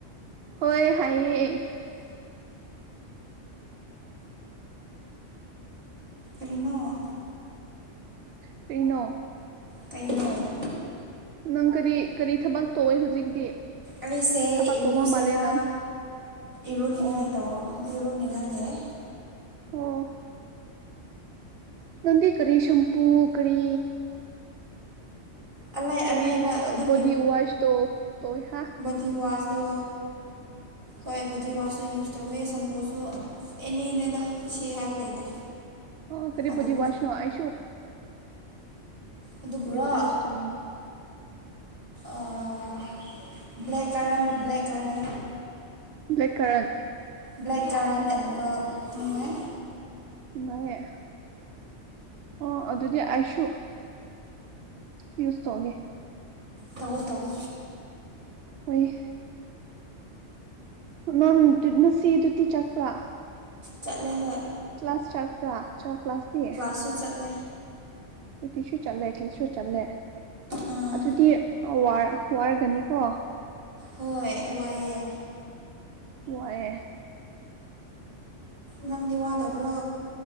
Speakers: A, on the right; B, on the right.
A: ꯍꯣꯏ ꯍꯥꯏꯌꯦ
B: ꯀꯔꯤꯅꯣ
A: ꯀ꯭ꯔꯤꯅꯣ
B: ꯀꯩꯅꯣ
A: ꯅꯪ ꯀꯔꯤ ꯀꯔꯤ ꯊꯕꯛ ꯇꯧꯋꯦ ꯍꯧꯖꯤꯛꯇꯤ
B: ꯑꯩꯁꯦ
A: ꯊꯕꯛ
B: ꯏꯔꯨꯁꯦꯔꯥ
A: ꯇꯧꯕ ꯃꯥꯜꯂꯦ ꯅꯪ
B: ꯏꯔꯨꯅꯤꯡꯉꯥꯏ
A: ꯑꯣ
B: ꯇꯧ ꯏꯔꯨꯅꯤꯡꯉꯥꯏ ꯂꯩ
A: ꯑꯣ ꯅꯪꯗꯤ ꯀꯔꯤ ꯁꯝꯄꯨ ꯀꯔꯤ
B: ꯑꯂꯩ
A: ꯀꯔꯤ
B: ꯑꯂꯩꯕ ꯑꯗꯨꯝ
A: ꯕꯣꯗꯤ ꯋꯥꯁꯇꯣ <unintelligible>
B: ꯗꯤꯋꯥꯁꯇꯣ ꯍꯣꯏ ꯕꯣꯗꯤ ꯋꯥꯁꯁꯨ ꯌꯨꯁ ꯇꯧꯋꯦ ꯁꯝꯄꯨꯁꯨ ꯑꯦꯅꯤꯅꯦꯗ ꯁꯤ ꯍꯥꯏꯕ ꯂꯩꯇꯦ
A: ꯑꯣ ꯀꯔꯤꯕꯨ
B: ꯑꯗꯨꯝ
A: ꯋꯥꯁ ꯅꯣ ꯑꯩꯁꯨꯨ
B: ꯑꯗꯨꯕꯨꯔꯣ
A: ꯌꯨ ꯌꯨꯁ ꯇꯧꯅꯤꯡꯉꯤ
B: ꯑꯥ blackcurrant blackcurrant
A: blackcurrant
B: blackcurrant and ꯑ꯭ꯋꯦ ꯅꯨꯡꯉꯥꯏ
A: ꯅꯨꯉꯥꯏꯌꯦ ꯑꯣ ꯑꯗꯨꯗꯤ ꯑꯩꯁꯨ ꯌꯨꯁ ꯇꯧꯒꯦ
B: ꯇꯧꯋꯣ ꯇꯧꯋꯣ
A: ꯍꯣꯏ ꯅꯪ ꯉꯁꯤꯗꯨꯗꯤ ꯆꯠꯄ꯭ꯔꯥ
B: ꯆꯠꯂꯦ ꯍꯣꯏ
A: ꯀ꯭ꯂꯥꯁ ꯆꯔꯛꯄ꯭ꯔꯥ ꯆ ꯀ꯭ꯂꯥꯁ ꯇꯤ
B: ꯨ ꯁꯨ ꯆꯠꯂꯦ
A: ꯁꯨꯇꯤꯁꯨ ꯆꯠꯂꯦ ꯈꯂꯁꯨ ꯆꯠꯂꯦ
B: ꯑꯥ
A: ꯑꯗꯨꯗꯤ ꯋꯥꯔꯒꯅꯤꯀꯣ
B: ꯍꯣꯏ ꯋꯥꯏꯑꯦ
A: ꯋꯥꯏꯑꯦ
B: ꯅꯪꯗꯤ ꯋꯥꯗꯕ꯭ꯔꯣ